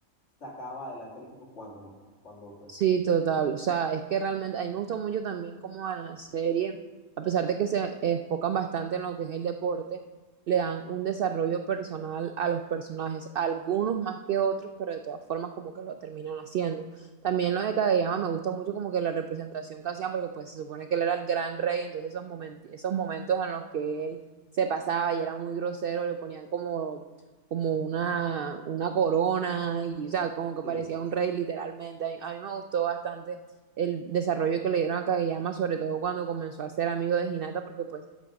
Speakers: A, on the left; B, on the right.
A: sacaba adelante el equipo cuando no, cuando pues
B: Sí, total. O sea, es que realmente a mí me gustó mucho también como en la serie, a pesar de que se enfocan bastante en lo que es el deporte, le dan un desarrollo personal a los personajes, algunos más que otros, pero de todas formas como que lo terminan haciendo. También lo de Kageyama me gusta mucho como que la representación que hacían, porque pues se supone que él era el gran rey, entonces esos momentos, esos momentos en los que él se pasaba y era muy grosero, le ponían como como una, una corona y, o sea, como que
A: sí,
B: parecía un rey literalmente. A mí, a mí me gustó bastante el desarrollo que le dieron a Kageyama, sobre todo cuando comenzó a ser amigo de Hinata, porque pues